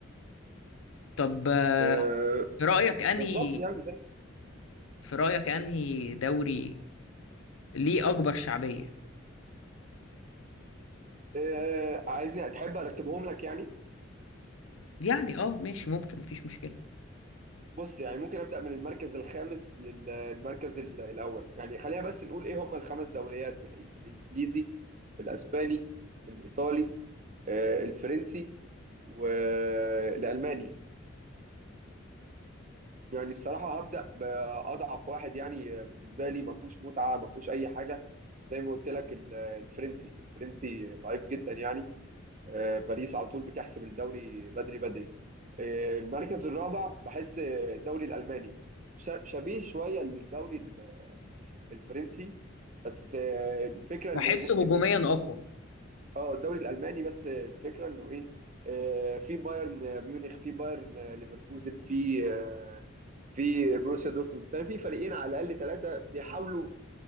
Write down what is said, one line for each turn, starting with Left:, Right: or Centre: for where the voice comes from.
Left: طب آه،
Right: آه
Left: في رايك انهي
Right: بالظبط يعني زي
Left: في رايك انهي دوري ليه اكبر شعبيه
Right: آه عايزني تحب ارتبهم لك يعني
Left: يعني اه ماشي ممكن مفيش مشكله
Right: بص يعني ممكن ابدا من المركز الخامس للمركز ال- الاول يعني خلينا بس نقول ايه هم الخمس دوريات ال- الانجليزي الاسباني الايطالي آه الفرنسي والالماني يعني الصراحة هبدأ بأضعف واحد يعني بالنسبة لي ما فيهوش متعة ما فيهوش أي حاجة زي ما قلت لك ال- الفرنسي الفرنسي ضعيف جدا يعني آه، باريس على طول بتحسب الدوري بدري بدري آه، المركز الرابع بحس الدوري الألماني ش- شبيه شوية للدوري ال- الفرنسي بس آه، الفكرة إن
Left: بحسه
Right: هنا- إن
Left: هجوميا
Right: في الدوري
Left: اقوى
Right: اه الدوري الالماني بس الفكره انه ايه آه، في بايرن ميونخ في بايرن ليفركوزن في آه، في بروسيا دورتموند ففي فريقين على الاقل ثلاثه بيحاولوا